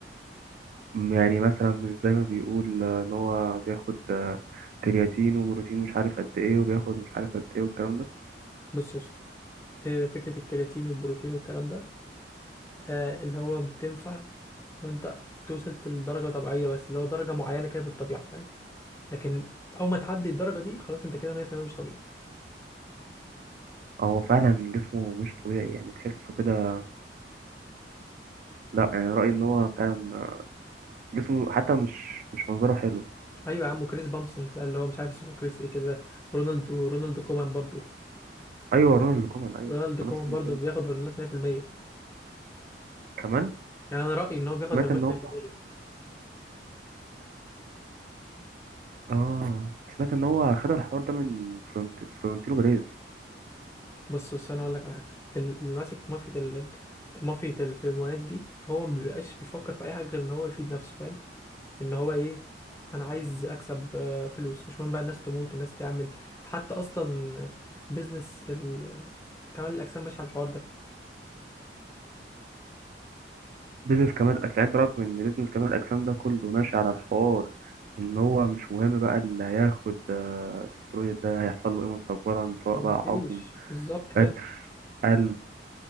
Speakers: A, on the right (about 50°); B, on the left (about 15°).
A: م- يعني مثلا مش زي ما بيقول آه، ان هو بياخد آه، كرياتين وبروتين مش عارف قد ايه وبياخد مش عارف قد ايه والكلام ده
B: بص يا اسطى إيه فكرة الكرياتين والبروتين والكلام ده آه اللي هو بتنفع لو انت وصلت لدرجة طبيعية بس اللي هو درجة معينة كده في الطبيعة فاهم لكن أول ما تعدي الدرجة دي خلاص انت كده 100% مش طبيعي
A: هو فعلا جسمه مش طبيعي يعني تحسه كده لا يعني رأيي ان هو فعلا آه، جسمه حتى مش مش منظره حلو
B: أيوة يا عم وكريس بامسون ده اللي هو مش عارف اسمه كريس ايه كده رونالد ورونالد كومان برضو
A: ايوه رونالد كومان ايوه
B: رونالد كومان
A: هو نفس
B: برضو
A: النظام
B: بياخد هرمونات 100%
A: كمان
B: يعني أنا رأيي إن هو بياخد
A: سمعت
B: هرمونات
A: ان هو
B: 100%
A: اه سمعت ان هو خد الحوار ده من فلورنت- فلورنتينو بيريز
B: بص بص أنا هقول لك على حاجة ال- اللي ماسك مافيا ال- مافيا الهرمونات دي هو ما بيبقاش بيفكر في أي حاجة غير إن هو يفيد نفسه فاهم ان هو ايه انا عايز اكسب آه، فلوس مش مهم بقى الناس تموت الناس تعمل حتى اصلا بيزنس ال... كمال الاجسام ماشي على الحوار ده
A: بيزنس كمال الاجسام يعني انت رأيك ان بيزنس كمال الاجسام ده كله ماشي على الحوار ان هو مش مهم بقى اللي هياخد آه، استرويد ده هيحصل له ايه مستقبلا سواء
B: ما
A: بقى
B: فيش
A: عقم
B: بالظبط كده
A: بتر قلب